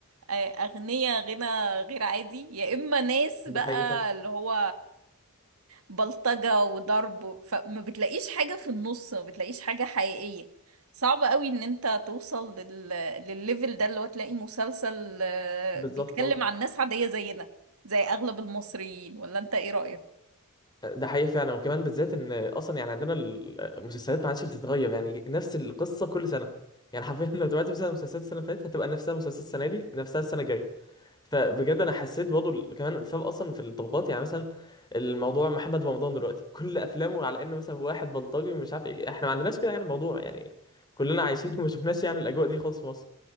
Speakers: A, on the right (about 75°); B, on the left (about 20°).
A: آه، اغنياء غنى غير عادي يا اما ناس
B: ده
A: بقى
B: حقيقي فعلا.
A: اللي هو بلطجة وضرب فما بتلاقيش حاجة في النص ما بتلاقيش حاجة حقيقية صعب قوي ان انت توصل لل... للليفل ده اللي هو تلاقي مسلسل آه،
B: بالظبط
A: بيتكلم عن ناس عادية زينا زي اغلب المصريين ولا انت ايه رأيك
B: ده حقيقي فعلا وكمان بالذات ان اصلا يعني عندنا المسلسلات ما عادش بتتغير يعني نفس القصه كل سنه يعني حرفيا <laughs> لو تابعت مثلا مسلسلات السنه اللي فاتت هتبقى نفسها مسلسلات السنه دي نفسها السنه الجايه فبجد انا حسيت برضه ال- كمان الفرق اصلا في الطبقات يعني مثلا الموضوع محمد رمضان دلوقتي كل افلامه على انه مثلا واحد بلطجي ومش عارف ايه احنا ما عندناش كده يعني الموضوع يعني كلنا عايشين <laughs> وما شفناش يعني الاجواء دي خالص في مصر